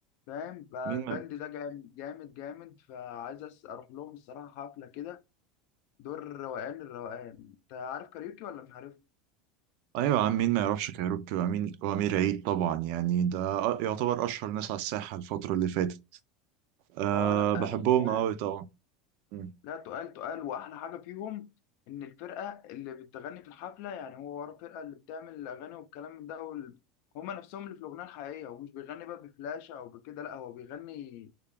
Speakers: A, on the left; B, on the right.
A: فاهم فالبند
B: مين ما...
A: ده جامد جامد جامد فعايز أس- اروح لهم الصراحه حفله كده دور الروقان الروقان انت عارف كاريوكي ولا مش عارف
B: ايوه يا عم مين ما يعرفش كايروكي وامين وامير عيد طبعا يعني ده أ- يعتبر اشهر ناس على الساحه الفتره اللي فاتت أه
A: اه لا
B: بحبهم
A: تقال
B: قوي طبعا مم.
A: لا تقال تقال واحلى حاجه فيهم ان الفرقه اللي بتغني في الحفله يعني هو ورا الفرقه اللي بتعمل الاغاني والكلام من ده وال... هما نفسهم اللي في الاغنيه الحقيقيه ومش بيغني بقى بفلاشه او بكده لا هو بيغني